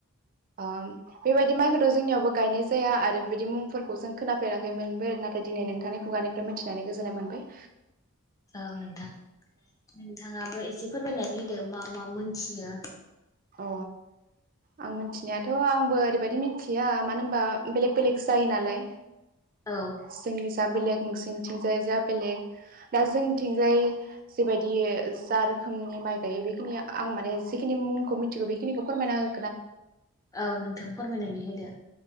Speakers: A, on the right; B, on the left.
A: ओ बेबायदि माइ गोदो जोंनियावबो गायनाय जाया आरो बेबायदि मुंफोरखौ जों खोनाफेराखैमोनबो नाथाय दिनै नोंथांनि खुगानिफ्राय मिथिनानै गोजोननाय मोनबाय।
B: औ नोंथां नोंथाङाबो एसे फोरमायनानै दो मा मा मोनथियो।
A: अ आं मिथिनायाथ आंबो ओरैबायदि मिथिया मानो होनबा बेलेग बेलेग जायो नालाय।
B: औ
A: जोंनिजा बेलेग नोंसिनथिंजाय जा बेलेग दा जोंनिथिंजाय जेबायदि जा रोखोमनि माइ गायो बेखिनि आं माने जिखिनि मुं खौ मिथिगौ बेखिनिखौ फोरमायना हो
B: औ नोंथां फोरमायनानै होदो।